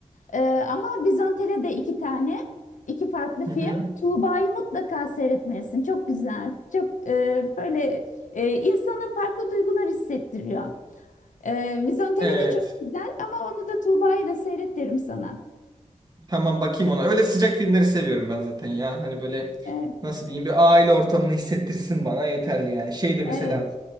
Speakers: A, on the left; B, on the right.
A: Ee, ama Vizontele de iki tane. iki farklı film.
B: Hı hı.
A: Tuğba'yı mutlaka seyretmelisin. Çok güzel. Çok e, böyle e, insana farklı duygular hissettiriyor. Ee, Vizontele
B: Evet.
A: de çok güzel ama onu da Tuğba'yı da seyret derim sana.
B: Tamam bakayım ona. Öyle sıcak filmleri seviyorum ben zaten ya. Hani böyle
A: Evet,
B: nasıl diyeyim bir aile ortamını hissettirsin bana yeterli yani. Şey de mesela
A: evet,